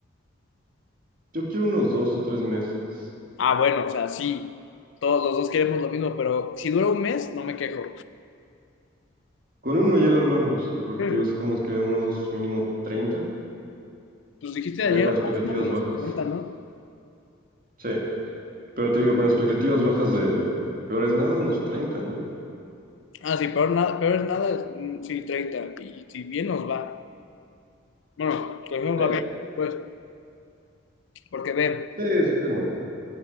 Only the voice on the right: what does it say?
Yo quiero unos dos o tres meses.
Con uno ya lo armamos, porque
te digo, sacamos que unos mínimo 30
ya
con expectativas
bajas.
Sí, pero te digo, con expectativas bajas de peor es nada, unos treinta ¿no?
Sí,
sí, sí, sí, hermano.